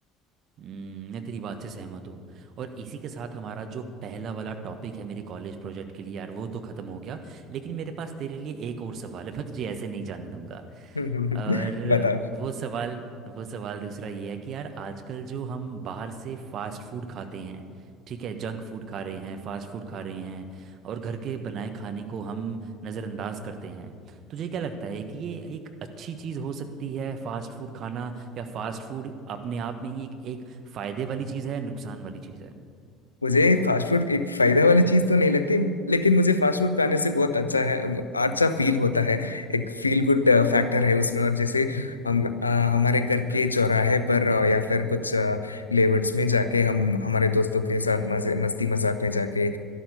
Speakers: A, on the right (about 45°); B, on the left (about 85°).
A: हम्म, मैं तेरी बात से सहमत हूँ और इसी के साथ हमारा जो पहला वाला टॉपिक है मेरे कॉलेज प्रोजेक्ट के लिए यार वो तो ख़त्म हो गया लेकिन मेरे पास तेरे लिए एक और सवाल है मैं तुझे ऐसे नहीं जाने दूंगा
B: <laughs>
A: और
B: बताओ
A: वो सवाल वो सवाल दूसरा ये है कि यार आजकल जो हम बाहर से फास्ट फूड खाते हैं ठीक है जंक फूड खा रहे हैं फास्ट फूड खा रहे हैं और घर के बनाए खाने को हम नज़रअंदाज करते हैं तुझे क्या लगता है कि ये एक अच्छी चीज़ हो सकती है फास्ट फूड खाना या फास्ट फूड अपने आप में ही एक एक फायदे वाली चीज़ है या नुकसान वाली चीज़ है
B: मुझे फास्ट फूड एक फायदा वाली चीज तो नहीं लगती लेकिन मुझे फास्ट फूड खाने से बहुत अच्छा है अच्छा फील होता है एक फील गुड फैक्टर है उसमें और जैसे हम अ, हमारे घर के चौराहे पर अ, या फिर कुछ लेवर्ड्स में जाके हम हमारे दोस्तों के साथ मजे मस्ती मजाक में जाके